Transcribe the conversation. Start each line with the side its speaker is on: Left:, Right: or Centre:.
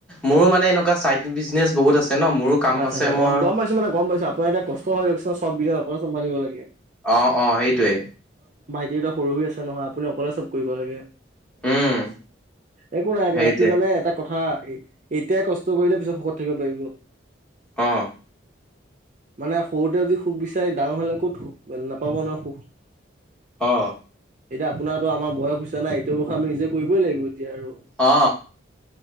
Centre: মোৰো মানে এনেকুৱা চাইড বিজনেচ বহুত আছে। ন মোৰো কাম
Right: আচ্ছা
Centre: আছে
Right: আচ্ছা
Centre: মোৰ
Right: গম পাইছো মানে গম পাইছো। আপোনাৰ এতিয়া কষ্ট হয় চ চববিধে আপোনাতো চম্ভালিব লাগে।
Centre: অ অ সেইটোয়ে
Right: তে এটা সৰু হৈ আছে নহয়। আপুনি অকলে চব কৰিব লাগে।
Centre: উম,
Right: একো নাই একো
Centre: সেইটোৱে
Right: নাই। কি জানে এটা কথা এতিয়াই কষ্ট কৰিলে পিছত সুখত থাকিব পাৰিব।
Centre: অ।
Right: মানে সৰুতে যদি সুখ বিচাৰে ডাঙৰ হলে ক'ত সুখ নাপাব ন সুখ।
Centre: অ।
Right: এতিয়া আপোনাৰতো আমাৰ বয়স হৈছে নাই, এইটো বয়সত আমি নিজে কৰিবই লাগিব এতিয়া আৰু।
Centre: অ